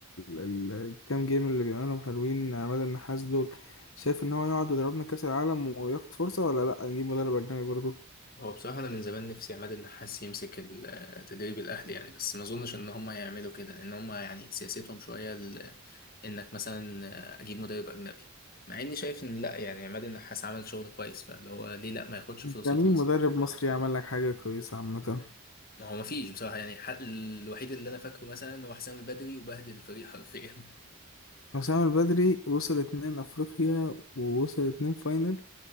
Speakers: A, on the left (about 70°); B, on the left (about 45°).
A: ال- الكام جيم اللي بيعملهم حلوين عماد النحاس دول شايف ان هو يقعد ويضربنا كأس العالم وياخد فرصة ولا لا نجيب مدرب اجنبي برضه
B: هو بصراحه انا من زمان نفسي عماد النحاس يمسك ال- التدريب الاهلي يعني بس ما اظنش ان هم هيعملوا كده لان هم يعني سياستهم شويه ال- آه، انك مثلا آه، اجيب مدرب اجنبي مع اني شايف ان لا يعني عماد النحاس عمل شغل كويس فاللي هو ليه لا ما ياخدش
A: انت
B: فرصته
A: مين
B: مثلا
A: مدرب مصري عمل لك حاجة كويسة عامة
B: ما هو ما فيش بصراحه يعني الحق الوحيد اللي انا فاكره مثلا هو حسام البدري وبهدل الفريق حرفيا
A: حسام البدري وصل اتنين افريقيا ووصل اتنين فاينل